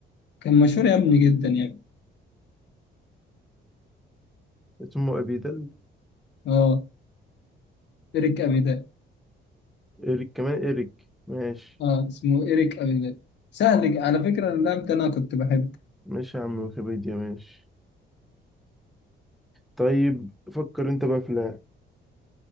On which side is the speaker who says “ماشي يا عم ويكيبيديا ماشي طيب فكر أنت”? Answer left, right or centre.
Centre